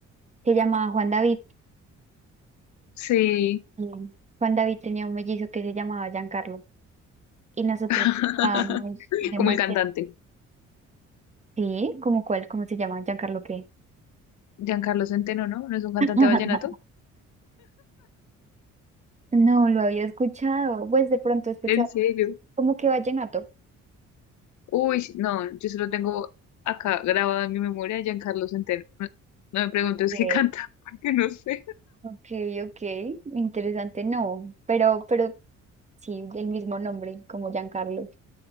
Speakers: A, on the right (about 25°); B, on the left (about 70°).
A: se llamaba Juan David.
B: Sí.
A: Mm. Juan David tenía un mellizo que se llamaba Giancarlo y nosotros
B: <laughs>
A: jugábamos demasiado.
B: Como el cantante.
A: Sí, ¿cómo cuál? ¿Cómo se llama? ¿Giancarlo qué?
B: Giancarlo Centeno, ¿no? ¿No es un cantante
A: <laughs>
B: vallenato?
A: No lo había escuchado. Pues de pronto he escuchado
B: ¿En serio?
A: como que vallenato.
B: Uy, sí, no, yo solo tengo acá grabado en mi memoria a Giancarlo Centeno. No, no me preguntes
A: Ok,
B: qué canta, <laughs> porque no sé.
A: ok, ok, interesante, no, pero, pero sí, el mismo nombre, como Giancarlo.